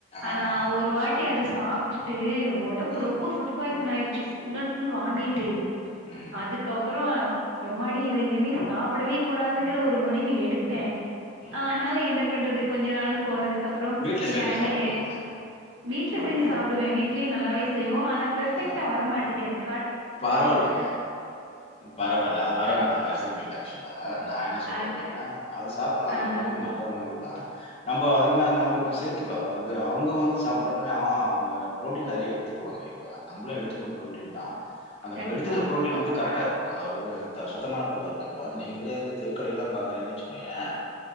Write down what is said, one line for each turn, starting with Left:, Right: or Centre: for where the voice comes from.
Right: ஆனா
Left: ஆமாமா.
Right: ஒரு வாட்டி அத ஸ் சாப்ட்டுட்டு உடம்ப
Left: ம்.
Right: ரொம்ப பூட் பாய்சன் ஆயிடுச்சு ஃபூல்ன் ஃபூல் வாமிட்டு
Left: ம்.
Right: அதுக்கப்றம் எம்மாடி இதை இனிமே சாப்புடவே கூடாதுனு ஒரு முடிவு எடுத்தேன்
Left: ம்.
Right: அஹ என்ன பண்றது கொஞ்ச நாள் போனதுக்கு அதுக்கப்புறம்
Left: வீட்ல
Right: சரி
Left: செஞ்சு
Right: அண்னைக்கு
Left: சாப்பிடலாம்ல.
Right: வீட்டுல செஞ்சு சாப்பிடுவேன் வீட்டு ட்லியே நல்லாவே
Left: ம்.
Right: செய்வோம் ஆன பெர்ஃபெக்டா
Left: ஆ
Right: வர மாட்டிக்குது
Left: பரவாயில்லங்க பரவாயில்ல அது பரவாயான
Right: அ
Left: வயசக்குமல ஆக்சுவலா நான் என்ன சொல்லுவேன்
Right: அது
Left: அப்படின்னா அது சாப்பிடலாம் அந்த
Right: ஆஹா.
Left: உணவு நல்ல உணவு தா நம்ப அதுக்குமேல நம்ப கொஞ்சம் சேத்துகலாம் அதாவது அவங்க வந்து சாப்புரப்பலா அவங்க ப்ரோட்டியின் நறைய எடுத்துக்குவாங்க இப்ப நம்பளும் எடுத்துகனும் ப்ரோட்டின் தான் அந்த
Right: கண்டிப்பா.
Left: எடுக்கிற ப்ரோட்டன் வந்து கரெக்டா இருக்கும் அதாவது சுத்தமான பொருளாக இருக்கணும் இப்போ நீங்களே வந்து தெருக்கடைய எல்லாம் பாக்குறீங்கன்னு வைச்சுகியேன்